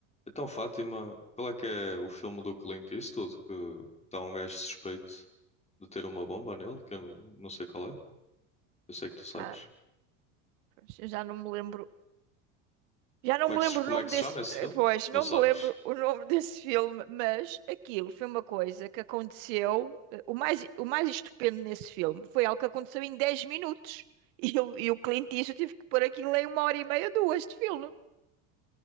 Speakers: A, on the left; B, on the right.
A: Então, Fátima, qual é que é o filme do Clint Eastwood que está um gajo suspeito de ter uma bomba nele? Que eu não, não sei qual é. Eu sei que tu sabes.
B: Ah, pois, eu já não me lembro. Já não
A: Como
B: me
A: é que
B: lembro
A: se, como
B: o nome
A: é que
B: desse.
A: se chama esse
B: eh,
A: filme?
B: Pois, não
A: Não sabes?
B: me lembro o nome <laughs> desse filme, mas aquilo foi uma coisa que aconteceu. eh, O mais, o mais estupendo nesse filme foi algo que aconteceu em 10 minutos. <laughs> E, o e o Clint Eastwood tive que pôr aquilo em uma hora e meia, duas de filme.